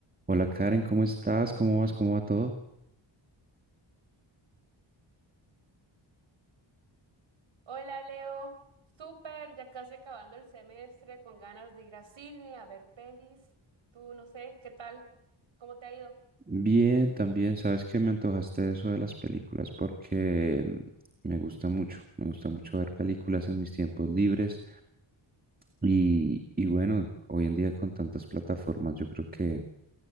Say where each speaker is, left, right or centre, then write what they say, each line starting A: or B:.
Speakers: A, on the right; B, on the right.
A: Hola Karen, ¿cómo estás? ¿Cómo vas? ¿Cómo va todo?
B: Hola Leo, súper, ya casi acabando el semestre, con ganas de ir al cine, a ver pelis. Tú no sé, ¿qué tal? ¿Cómo te ha ido?
A: Bien, también. Sabes que me antojaste eso de las películas porque mm, me gusta mucho, me gusta mucho ver películas en mis tiempos libres. Y, y bueno, hoy en día con tantas plataformas, yo creo que